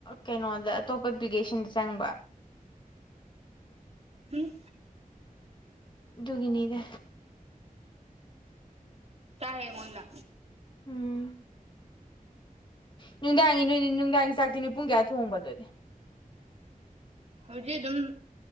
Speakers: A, on the left (about 35°); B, on the right (about 45°).
A: ꯀꯩꯅꯣꯗ ꯑꯇꯣꯞꯄ ꯑꯦꯄ꯭ꯂꯤꯀꯦꯁꯟꯗ ꯆꯪꯕ
B: ꯎꯝ
A: ꯒꯅꯤꯗ
B: ꯇꯥꯑꯦ ꯃꯗ
A: ꯎꯝ ꯅꯨꯡꯗꯥꯡꯒꯤ ꯅ ꯅꯨꯡꯗꯥꯡꯒꯤ ꯆꯥꯛꯇꯤꯣꯏ ꯄꯨꯡ ꯀꯌꯥ ꯊꯣꯡꯕꯗꯨꯗꯤ
B: ꯍꯧꯖꯤꯛ ꯑꯗꯨꯝ